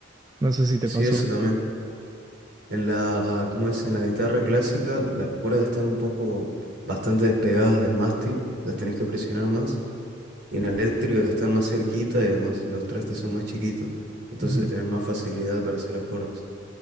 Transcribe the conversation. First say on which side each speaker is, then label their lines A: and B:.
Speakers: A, on the right (about 20°); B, on the right (about 55°).
A: No sé si te
B: sí,
A: pasó.
B: eso también. En la, ¿cómo es? En la guitarra clásica, las cuerdas están un poco bastante despegadas del mástil, las tenés que presionar más. Y la eléctrica está más cerquita y además los trastes son más chiquitos. Entonces
A: Ujú.
B: tenés más facilidad para hacer acordes.